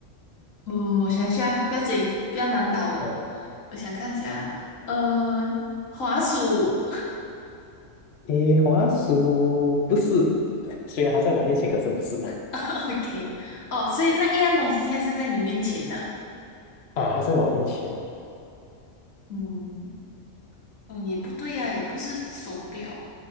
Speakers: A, on the left; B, on the left.
A: 嗯，我想一下，不要紧，不要难倒我。
B: <laughs> 呃，
A: 我想看一下，呃，滑鼠
B: 诶，滑鼠不是，虽然它在我面前，可是不是
A: <laughs>，OK，哦，所以那一样东西现在是在你面前呢。
B: <laughs> 啊，它在我面前。
A: 嗯嗯，也不对呀、也不是手表。